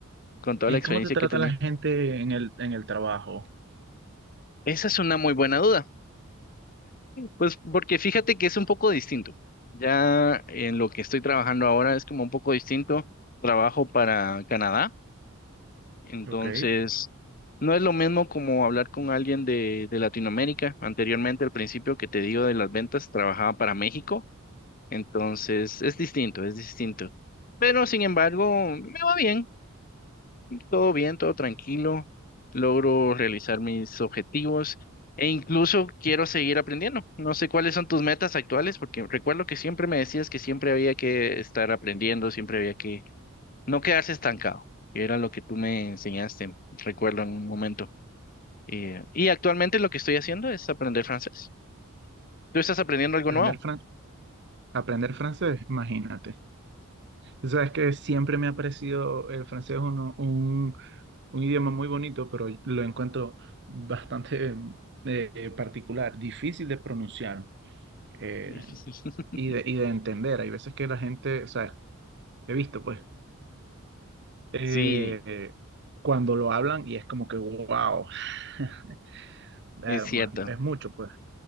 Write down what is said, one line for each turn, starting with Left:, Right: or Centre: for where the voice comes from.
Left: con toda
Right: ¿Y
Left: la experiencia
Right: cómo te trata
Left: que tenía.
Right: la gente en el, en el trabajo?
Left: Esa es una muy buena duda, pues porque fíjate que es un poco distinto. Ya en lo que estoy trabajando ahora es como un poco distinto. Trabajo para Canadá, entonces
Right: Ok.
Left: no es lo mismo como hablar con alguien de, de Latinoamérica. Anteriormente, al principio que te digo de las ventas, trabajaba para México Entonces, es distinto, es distinto. Pero sin embargo, me va bien, todo bien, todo tranquilo. Logro realizar mis objetivos e incluso quiero seguir aprendiendo. No sé cuáles son tus metas actuales, porque recuerdo que siempre me decías que siempre había que estar aprendiendo, siempre había que no quedarse estancado. que Era lo que tú me enseñaste, recuerdo en un momento. Eh, y actualmente lo que estoy haciendo es aprender francés. ¿Tú estás aprendiendo algo
Right: Aprender,
Left: nuevo?
Right: fran- aprender francés, imagínate. Tú Sabes que siempre me ha parecido el francés uno- un, un idioma muy bonito, pero lo encuentro bastante eh, particular, difícil de pronunciar. Eh,
Left: <laughs>
Right: y de, y de entender. Hay veces que la gente, o sea, he visto pues, eh,
Left: Sí,
Right: cuando lo hablan y es como que, wow, <laughs> vermo,
Left: es cierto.
Right: es, es mucho pues.